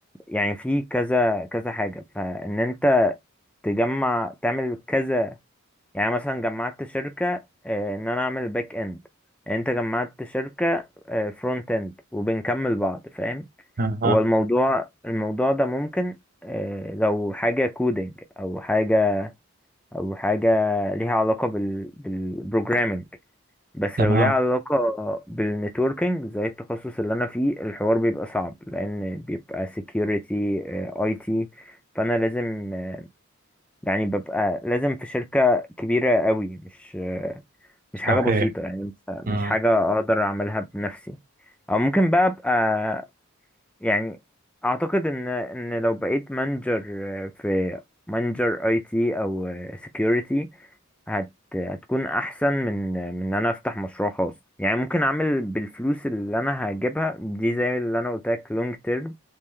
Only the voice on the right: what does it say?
اها
تمام
صحيح
مم.